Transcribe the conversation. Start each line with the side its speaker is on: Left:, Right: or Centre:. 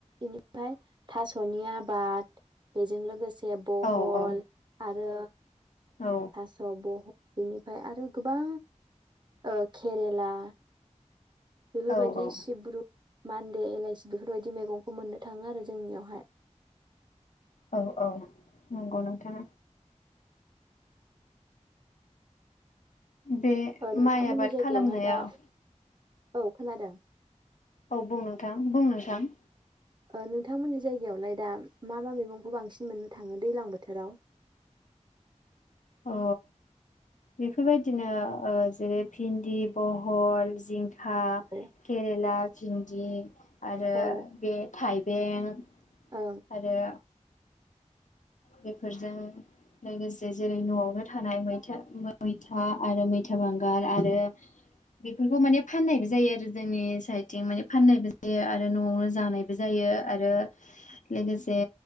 Right: ओफ्राय थास'नि आबाद बेजों लोगोसे बहल
Left: औ औ
Right: आ रो
Left: औ
Right: थास' बह बेनिफ्राय आरो गोबां ओ केरेला बेफोर
Left: औ
Right: बायदि
Left: औ
Right: सिब्रु मान्दे एलाइसि बेफोरबायदि मैगंखौ मोननो थाङो आरो जोंनियावहाय।
Left: औ औ नंगौ नोंथां। बे
Right: ओ नोंथांमोननि
Left: माइ आबाद
Right: जायगायावहाय
Left: खालामनायाव
Right: दा औ खोनादों।
Left: औ बुं नोंथां बुं नोंथां।
Right: ओ नोंथांमोननि जायगायावलाय दा मा मा मैगंखौ बांसिन मोननो थाङो दैलां बोथोराव?
Left: अ बेफोरबायदिनो ओ जेरै भिन्दि बहल जिं खा
Right: औ
Left: केरेला भिन्दि आरो
Right: ओं
Left: बे थाइ बेनो
Right: औ
Left: आरो बेफोरजों लोगोसे जेरै न'आवनो थानाय मैथा मैथा आरो मैथा बांगार आरो बेफोरखौ माने फाननायबो जायो आरो जोंनि साइडथिं माने फाननायबो जायो आरो न'आवनो जानायबो जायो आरो लोगोसे